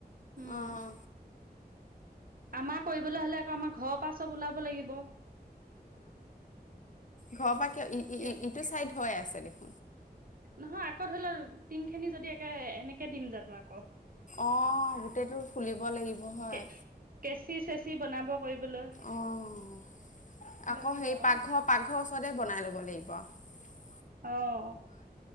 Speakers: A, on the right; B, on the left.
A: উম'।
B: অঁ
A: আমাৰ কৰিবলৈ হলে আকৌ আমাৰ ঘৰৰ পৰা চব ওলাব লাগিব
B: ঘৰৰ পৰা কিয়
A: তেতিয়াহে
B: ইটো চাইদ হৈ আছে দেখোন
A: নহয় আকৌ ধৰি ল, টিং খিনি যদি একে এনেকে দিম জানো আ
B: অঁহ, গোটেইটো খুলিব লাগিব হয়।
A: কে কেঁচি চেচি বনাব কৰিবলৈ
B: অ', আকৌ
A: লাগিব
B: সেই
A: আৰু
B: পাকঘৰ-পাকঘৰ ওচৰতে বনাই ল'ব লাগিব। বহ
A: অ',